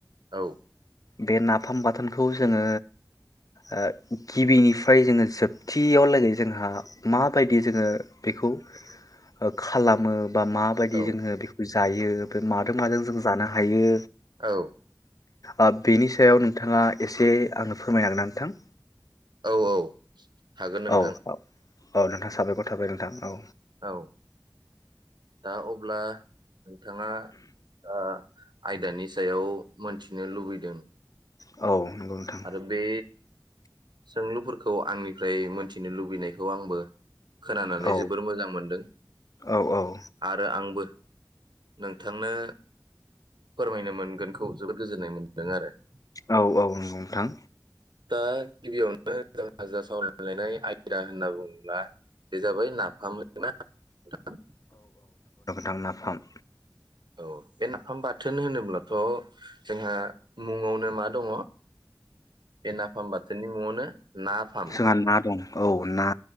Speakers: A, on the right (about 85°); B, on the left (about 50°).
A: औ।
B: बे नाफाम बाथोनखौ जोंङो ओ गिबिनिफ्राय जोंङो जोबथियाव लागै जोंहा माबायदि जोंङो बेखौ ओ खालामो दा माबायदि
A: औ
B: जोंहो बिखौ जो जायो। दो मादो माजों जों जानो हाग हायो।
A: औ।
B: ओब बेनि सायाव नोंथांङा एसे आंनो फोरमायनो हागोन ना नोंथां?
A: औ औ। हागोन नोंथां।
B: औ औ औ नोंथां साबायखर थाबाय नोंथां औ।
A: औ दा अब्ला नोंथांङा ओ आयदानि सायाव मोनथिनो लुबैदों।
B: औ। नंगौ नोंथां
A: आरो बेे सोंलुफोरखौ आंनिफ्राय मोनथिनो लुबैनायखौ आंबो खोनानानै
B: औ
A: जोबोर मोजां मोनदों
B: औ औ
A: आरो आंबो नोंथांनो फोरमायनो मोनगोनखौ जोबोद गोजोननाय मोनदों आरो।
B: औ औ नंगौ नोंथां।
A: दा गिबियावनो जोंहा जा सावरायनोलानाय आयदा होनना बुङोब्ला बे जाबाय नाफाम ना <unintelligible>
B: थां नाफाम‌।
A: औ बे नाफाम बाथोन होनोब्लाथ' जोंहा मुङावनो मा दङ बे नाफाम बाथोननि मुंआवनो ना फाम।
B: जोंहा ना दं औ ना